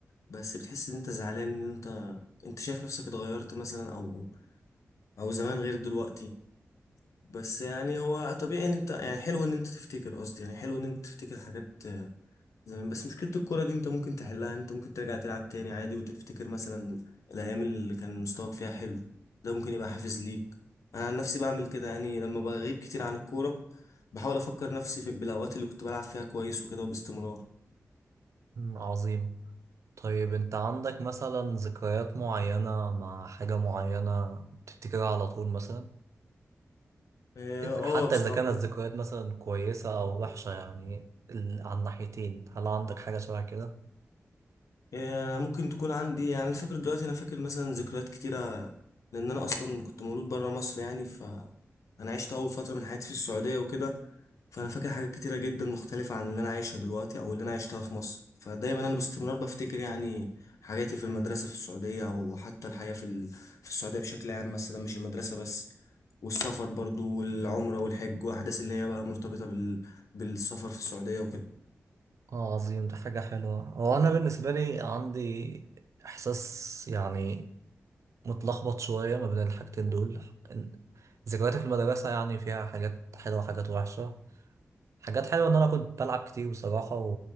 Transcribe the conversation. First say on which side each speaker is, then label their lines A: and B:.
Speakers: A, on the left; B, on the right.
A: بس بتحس ان انت زعلان ان انت انت شايف نفسك اتغيرت مثلا او او زمان غير دلوقتي بس يعني هو طبيعي ان انت يعني حلو ان انت تفتكر قصدي يعني حلو ان انت تفتكر حاجات زمان بس مشكلة الكورة دي انت ممكن تحلها انت ممكن ترجع تلعب تاني عادي وتفتكر مثلا الأيام اللي كان مستواك فيها حلو ده ممكن يبقى حافز ليك أنا عن نفسي بعمل كده يعني لما بغيب كتير عن الكورة بحاول أفكر نفسي في بالأوقات اللي كنت بلعب فيها كويس وكده وباستمرار
B: أمم، عظيم طيب انت عندك مثلا ذكريات معينه مع حاجه معينه بتفتكرها على طول مثلا
A: اه آه،
B: حتى
A: بصراحة
B: اذا كانت ذكريات مثلا كويسه او وحشه يعني ال- على الناحيتين هل عندك حاجه شبه كده
A: آه، ممكن تكون عندي يعني أنا فاكر دلوقتي انا فاكر مثلا ذكريات كتيره لان انا اصلا كنت مولود بره مصر يعني ف انا عشت اول فتره من حياتي في السعوديه وكده فانا فاكر حاجات كتيره جدا مختلفه عن اللي انا عايشها دلوقتي او اللي انا عشتها في مصر فدايما انا باستمرار بفتكر يعني حياتي في المدرسه في السعوديه او حتى الحياه في ال- في السعوديه بشكل عام مثلا مش المدرسه بس والسفر برضو والعمره والحج واحداث اللي هي بقى مرتبطه بال... بالسفر في السعوديه وكده
B: اه عظيم ده حاجة حلوة هو أنا بالنسبة لي عندي إحساس يعني متلخبط شوية ما بين الحاجتين دول إن- ذكرياتي في المدرسة يعني فيها حاجات حلوة وحاجات وحشة حاجات حلوة إن أنا كنت بلعب كتير بصراحة و...